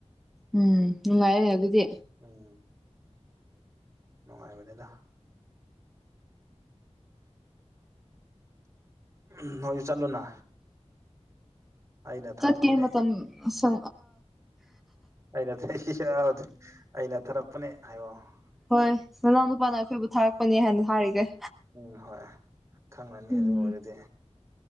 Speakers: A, in the centre; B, on the right.
A: ꯎꯝ ꯎꯉꯑꯦ ꯑꯗꯨꯗꯤ
B: ꯎꯝ ꯅꯨꯡꯉꯥꯏꯕꯅꯤꯗ ꯎꯝ ꯍꯧꯣꯏꯁꯨ ꯆꯠꯂꯨꯅ ꯑꯩꯅ ꯊꯥꯔꯛꯄꯅꯦ
A: ꯇꯠ ꯀꯝ ꯃꯇꯝ ꯁ
B: ꯑꯩꯅ ꯊ ꯑꯩꯅ ꯊꯥꯔꯛꯄꯅꯦ ꯍꯥꯏꯌꯛꯑꯣ
A: ꯍꯣꯏ ꯅꯅꯥꯎ ꯅꯨꯄꯥꯅ ꯑꯩꯈꯣꯏꯕꯨ ꯊꯥꯔꯛꯄꯅꯦ ꯍꯥꯏꯅ ꯍꯥꯏꯔꯤꯒꯦ
B: ꯎꯝ ꯍꯣꯏ ꯈꯪꯂꯪꯂꯅꯤ
A: ꯎꯝ
B: ꯑꯗꯨ ꯑꯣꯏꯔꯗꯤ